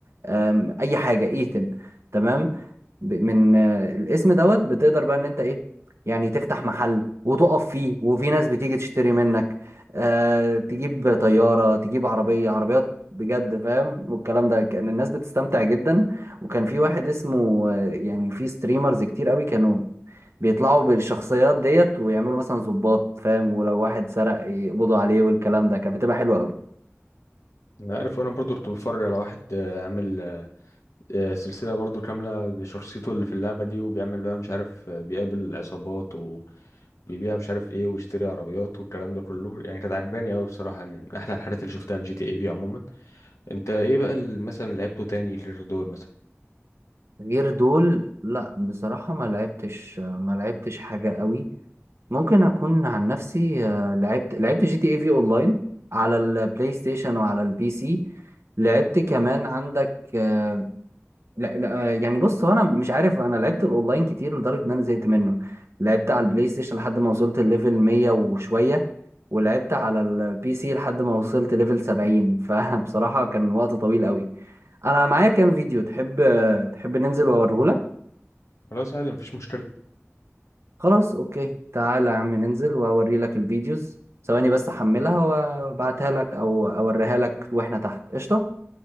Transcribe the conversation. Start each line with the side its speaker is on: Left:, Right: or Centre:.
Right: أم، اي حاجه ايثن تمام ب- من آه، الاسم دوت بتقدر بقى ان انت ايه يعني تفتح محل وتقف فيه وفي ناس بتيجي تشتري منك آه تجيب طيارة تجيب عربية عربيات بجد فاهم والكلام ده كان الناس بتستمتع جدا وكان في واحد اسمه آه، يعني في ستريمرز كتير قوي كانوا بيطلعوا بالشخصيات ديت ويعملوا مثلا ضباط فاهم ولو واحد سرق يقبضوا عليه والكلام ده كانت بتبقى حلوة قوي
Left: انا عارف انا برضو كنت بتفرج على واحد آه، عامل آه، سلسلة برضو كاملة بشخصيته اللي في اللعبة دي وبيعمل بقى مش عارف آه، بيقابل عصابات وبيبيع مش عارف ايه ويشتري عربيات والكلام ده كله يعني كانت عجباني قوي بصراحة يعني من احلى الحاجات اللي شفتها الجي تي اي في عموما انت ايه بقى ال- مثلا لعبته تاني غير دول مثلا
Right: غير دول لا بصراحة ما لعبتش ما لعبتش حاجة قوي ممكن اكون عن نفسي آه، لعبت لعبت جي تي اي في اونلاين على البلاي ستيشن وعلى البي سي لعبت كمان عندك آه، لا لا آه، يعني بص هو انا مش عارف انا لعبت الاونلاين كتير لدرجه ان انا زهقت منه لعبت على البلاي ستيشن لحد ما وصلت الليفل 100 وشويه ولعبت على البي سي لحد ما وصلت ليفل 70 <laughs> فبصراحه كان وقت طويل قوي انا معايا كام فيديو تحب آه، تحب ننزل واوريهولك
Left: خلاص عادي مفيش مشكلة
Right: خلاص اوكي تعالى يا عم ننزل واوري لك الفيديوز ثواني بس احملها وابعتها لك او اوريها لك واحنا تحت قشطة